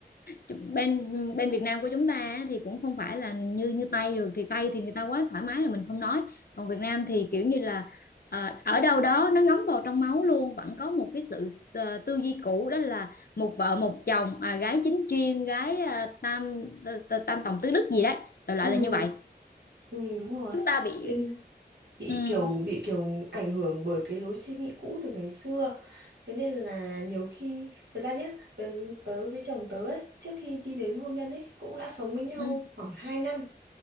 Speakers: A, on the left; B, on the right.
A: Chứ bên bên Việt Nam của chúng ta á, thì cũng không phải là như như Tây được thì Tây thì người ta quá thoải mái rồi mình không nói còn Việt Nam thì kiểu như là à, ở đâu đó nó ngấm vào trong máu luôn vẫn có một cái sự ờ, tư duy cũ đó là một vợ một chồng à, gái chính chuyên gái à, tam t- t- tam tòng tứ đức gì đấy đại
B: ừ,
A: loại là như vậy
B: ừ đúng rồi
A: chúng ta bị
B: Bên- bị
A: ừ,
B: kiểu bị kiểu ảnh hưởng bởi cái lối suy nghĩ cũ từ ngày xưa thế nên là nhiều khi thật ra nhá tớ, tớ với chồng tớ ấy trước khi đi đến hôn nhân ấy cũng đã sống với nhau
A: ừ,
B: khoảng hai năm